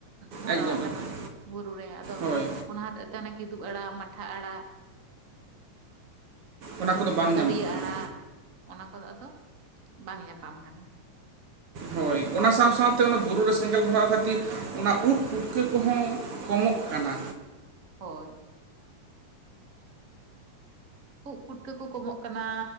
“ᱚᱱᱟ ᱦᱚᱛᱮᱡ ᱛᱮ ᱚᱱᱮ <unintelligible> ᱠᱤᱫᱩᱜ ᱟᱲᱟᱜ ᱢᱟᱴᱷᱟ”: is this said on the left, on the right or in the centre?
Right